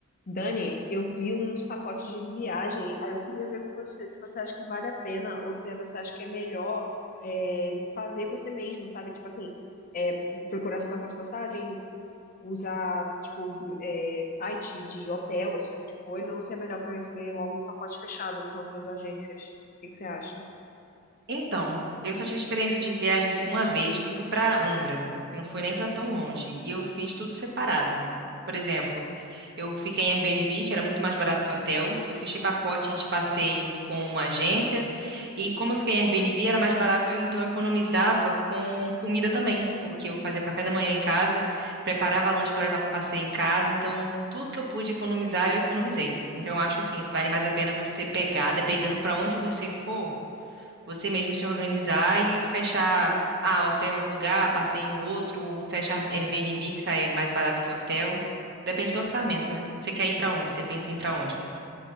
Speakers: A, on the left (about 40°); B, on the right (about 50°).
A: Dani, eu vi uns pacotes de viagem, aí eu queria ver com você se você acha que vale a pena ou se você acha que é melhor é, fazer você mesmo, sabe? Tipo assim, é, procurar as próprias passagens, usar tipo é, site de hotel, esse tipo de coisa, ou se é melhor fazer logo um pacote fechado com essas agências. O que que você acha?
B: Então, eu só tive experiência de viagem assim uma vez, que eu fui para Angra, que não foi nem para tão longe, e eu fiz tudo separado. Por exemplo, eu fiquei em Airbnb, que era muito mais barato que hotel, eu fechei pacote de passeio com uma agência, e como eu fiquei em Airbnb, era mais barato, eu, então eu economizava com comida também, porque eu fazia o café da manhã em casa, preparava lanche para levar para passeio em casa, então tudo que eu pude economizar, eu economizei. Então, eu acho assim, vale mais a pena você pegar, dependendo para onde você for você mesmo se organizar e fechar, ah, hotel em um lugar, passeio em outro, ou fecha Airbnb, que sai mais barato que hotel. Depende do orçamento, né? Você quer ir pra onde? Você pensa em ir pra onde?